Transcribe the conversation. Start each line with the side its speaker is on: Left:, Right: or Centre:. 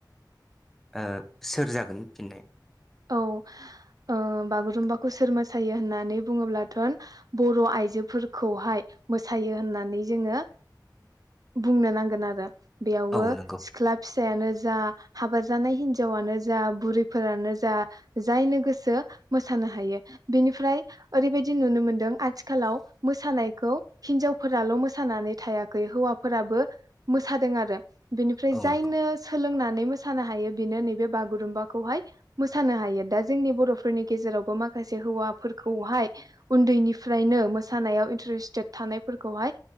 Centre: ओह सोर जागोन फिननाय?
Right: औ ओह बागुरुम्बाखौ सोर मोसायो होननानै बुङोब्लाथ', बर' आइजोफोरखौहाय मोसायो होननानै जोङो बुंनो नांगोन आरो। बेयावबो
Centre: औ नंगौ
Right: सिख्ला फिसायानो जा हाबा जानाय हिनजावानो जा बुरैफोरानो जा। जा जायनो गोसो मोसानो हायो, बेनिफ्राय ओरैबायदि नुनो मोनदों आथिखालाव मोसानायखौ हिनजावफोराल' मोसानानै थायाखै हौवाफोराबो मोसादों आरो। बेनिफ्राय
Centre: औ
Right: जायनो
Centre: नंगौ
Right: सोलोंना नै मोसानो हायो बिनो नैबे बागुरुम्बाखौहाय मोसानो हायो दा जोंनि बर'फोरनि गेजेरावबो माखासे हौवाफोरखौहाय उन्दैनिफ्रायनो मोसानायाव इनट्रेस्टेड थानायफोरखौहाय